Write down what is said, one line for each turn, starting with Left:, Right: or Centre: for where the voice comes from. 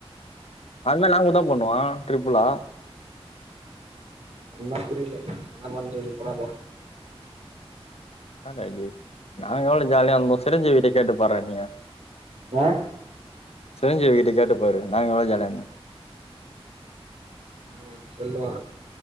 Left: அதெல்லா நாங்ககூடதான் பண்ணுவோம் ட்ரிப்புலா
Right: சொன்னா புரியல நனாம போராப்ப போ
Left: என்ன ஜாலி நாங்க எவ்ளோ ஜாலியா இருந்தோ சிரஞ்சீவி கிட்ட கேட்டு பாட்ரா நீ
Right: ஆ
Left: சிரிஞ்சிவீ கிட்ட கேட்டு போரு நாங்க எவ்வளோ ஜாலியா இருந்தோ
Right: ஆ சொல்லுவா